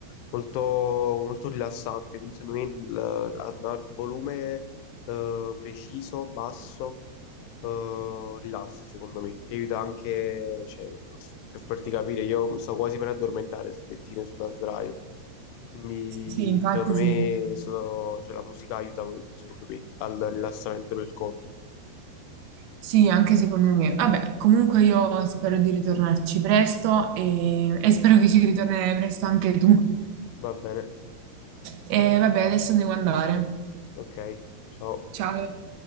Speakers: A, on the left (about 85°); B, on the right (about 75°).
A: molto, molto rilassante. Quindi secondo me il, andava al volume eh, preciso, basso, eh, rilassa, secondo me. Ti aiuta anche, cioè, per farti capire, io mi sto quasi per addormentare sul lettino e sulla sdraio. Quindi
B: Sì, infatti
A: secondo me
B: sì.
A: so- cioè, la musica aiuta molto, secondo me, al rilassamento del corpo.
B: Sì, anche secondo me. Vabbè, comunque io spero di ritornarci presto e, e spero che ci ritornerai presto anche tu.
A: Va bene.
B: E vabbè, adesso devo andare.
A: Ok, ciao.
B: Ciao.